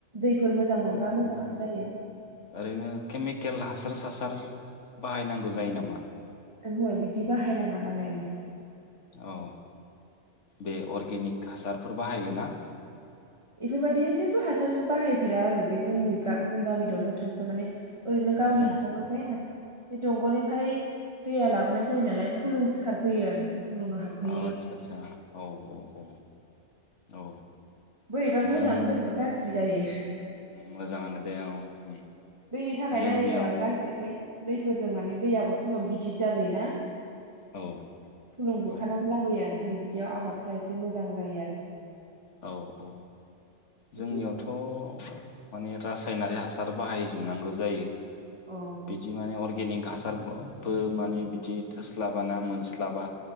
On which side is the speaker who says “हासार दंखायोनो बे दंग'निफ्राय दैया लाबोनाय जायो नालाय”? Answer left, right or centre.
Right